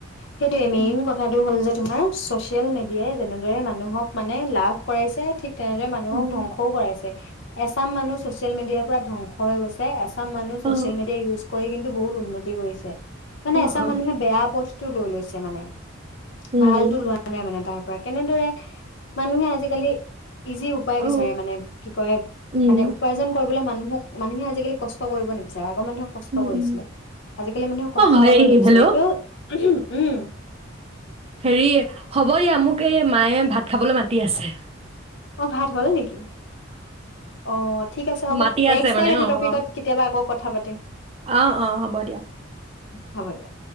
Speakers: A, on the left (about 60°); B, on the right (about 30°).
A: সেইটোৱে মেইন
B: উম
A: কথাটো হ'ল যে তোমাৰ ছ'চিয়েল মিডিয়াই যেনেদৰে মানুহক মানে লাভ কৰাইছে ঠিক তেনেদৰে মানুহক
B: উম,
A: ধ্বংসও কৰাইছে। এচাম মানুহ ছ'চে ছ'চিয়েল মিডিয়াৰ পৰা ধবংস হৈ গৈছে এছ এচাম মানুহ ছচিয়েল
B: অ
A: মিডিয়া ইউচ কৰি কিন বহু উন্নতি কৰিছে মানে
B: অ
A: এচা
B: অ
A: মানুহে বেয়া পথ টো লৈ লৈছে মানে
B: উম
A: ভাল টো লোৱা নাই মানে তাৰ পৰা কেনেদৰে মানুহে আজিকালি ইজি উপায় বিচাৰে
B: অ
A: মানে কি কয়
B: উম
A: মানে কষ্ট কৰিবলে মানুহক মানুহে আজিকালি কষ্ট কৰিব নিবিচাৰে আ গ মানুহে কষ্ট
B: উম
A: কৰিছিলে
B: উম
A: আজিকালি মানুহে কষ্ট
B: অ হয়
A: কৰিব নিবিচাৰে
B: হেল্ল'
A: এইটো উহো উম
B: হেৰি হ'ব দিয়া মোক এই মায়ে ভাত খাবলে মাতি আছে
A: অ ভাত হল নেকি? অ ঠিক আছে হ'ব
B: মাতি
A: নেক্স
B: আছে
A: টাইম
B: মানে
A: এইটো
B: অ
A: টপিকত
B: অ
A: কেতিয়াবা আকৌ কথা পাত তিম।
B: অ অ হ'ব দিয়া।
A: হব দিয়া।